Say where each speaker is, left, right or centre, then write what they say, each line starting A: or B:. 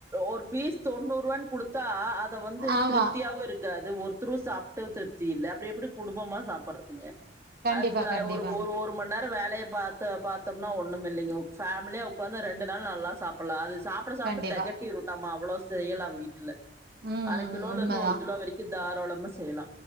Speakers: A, on the right; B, on the right.
A: ஒரு பீஸ் தொண்ணூரூவானு குடுத்தா அத வந்து
B: ஆமா
A: திருப்தியாவு இருக் காது ஒருத்தரு சாப்ட்டு திருப்தி இல்ல அப்டி எப்டி குடும்பமா சாப்பறதுங்க
B: கண்டிப்பா
A: அதுக் வ ஒரு
B: கண்டிப்பாங்க
A: ஒரு ஒரும் ஒரு மண்நேர வேலய பாத்தோம்னா ஒண்ணு இல்லிங்கோ ஃபேமிலியா உக்காந்து ரெண்டு நாள் நல்லா சாப் அப்பல்லா அது சாப்பிட சாப்ட
B: கண்டிப்பா
A: தெகட்டி விட்டாமா அவ்வளோ செய்யலா வீட்ல
B: ம்
A: அர
B: ம்
A: கிலோல
B: உண்மதா
A: இருந்து ஒரு கிலோ வரைக்கு தாரோளமா செய்யலா